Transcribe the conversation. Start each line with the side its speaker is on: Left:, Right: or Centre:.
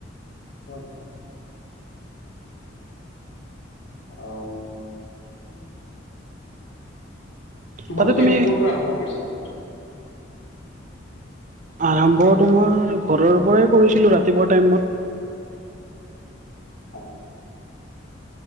Left: <inaudible> অ', তোমালোকে
Right: তাতে তুমি
Left: এনে কৰ পৰা আৰম্ভ কৰিছিলা যাত্ৰা?
Right: আৰম্ভ তোমাৰ ঘৰৰ পৰাই কৰিছিলোঁ ৰাতিপুৱা টাইমত।
Left: হয়।